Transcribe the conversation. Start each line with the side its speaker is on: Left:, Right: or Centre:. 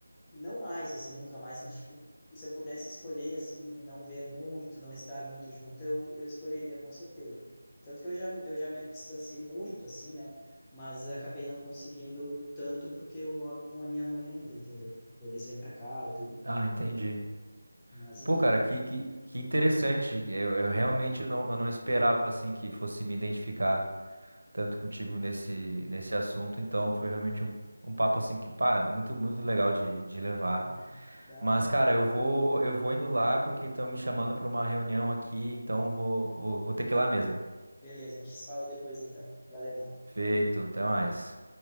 Left: não mais, assim, nunca mais, mas, tipo, se eu pudesse escolher, assim, não ver muito, não estar muito junto, eu, eu escolheria com certeza. Tanto que eu já, eu já me distanciei muito, assim, né? Mas acabei não conseguindo tanto porque eu moro com a minha mãe ainda, entendeu? Eles vêm para cá e tudo.
Right: Ah, entendi.
Left: Mas, enfim,
Right: Pô, cara, que, que, que interessante. Eu, eu realmente não, eu não esperava assim que fosse me identificar tanto contigo nesse, nesse assunto. Então foi realmente um, um papo assim que, pá, muito, muito legal de, de levar.
Left: <laughs> da
Right: Mas,
Left: hora.
Right: cara, eu vou, eu vou indo lá porque estão me chamando para uma reunião aqui, então vou, vou, vou ter
Left: Ah,
Right: que ir lá mesmo.
Left: beleza, a gente se fala depois, então. Valeu, mano.
Right: Feito, até mais.